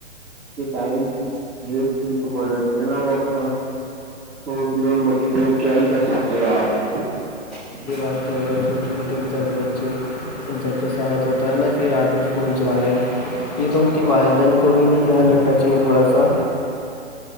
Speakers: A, in the centre; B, on the left.
A: ٹائم ویسٹ نہیں تو پڑ جات ہے نا وہ اپنا صل بچ کے ب کیا ہی کر سکتے ہو آپ <unintelligible>
B: چھٹے چھوٹے بچار ب ان سب کے ساتھ ہوتا ہے نا کہ رات بھر فون چلا گیا یہ تو ان کے والدین کو بھی نہیں دھیان رکھنا چاہیے تھوڑا سا